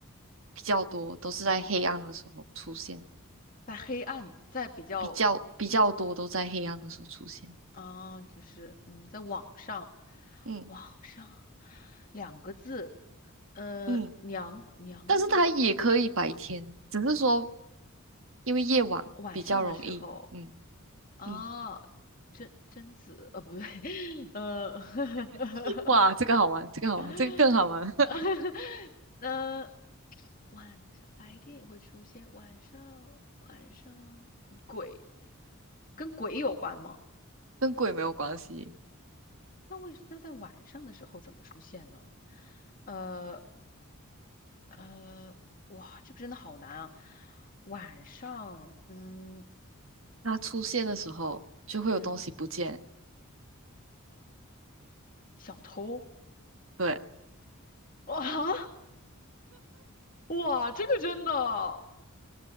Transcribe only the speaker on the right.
比较多都是在黑暗的时候出现，
比较比较多都在黑暗的时候出现。
嗯
嗯，
但是他也可以白天，只是说。因为夜晚比较容易。
嗯
嗯，
<laughs> 哇，这个好玩，这个好玩，
这个更好玩，<laughs>
跟鬼没有关系。
它出现的时候就会有东西不见。
对，